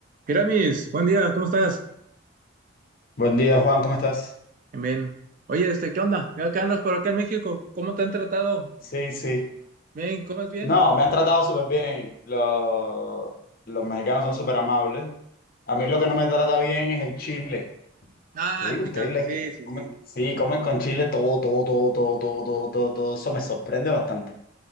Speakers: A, on the right; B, on the left.
A: Gramis, buen día, ¿cómo estás?
B: Buen día, Juan, ¿cómo estás?
A: Bien, bien. Oye, este, ¿qué onda? ¿Qué andas por acá en México? ¿Cómo te han tratado?
B: Sí, sí.
A: Bien, ¿comes bien?
B: No, me han tratado súper bien. Los, los mexicanos son súper amables. A mí lo que no me trata bien es el chile.
A: Ah,
B: Pues digo,
A: el picante,
B: ustedes les
A: sí,
B: que
A: sí,
B: comen-
A: sí, el picante.
B: sí, comen con chile todo, todo, todo, todo, todo, todo, todo, todo. Eso me sorprende bastante.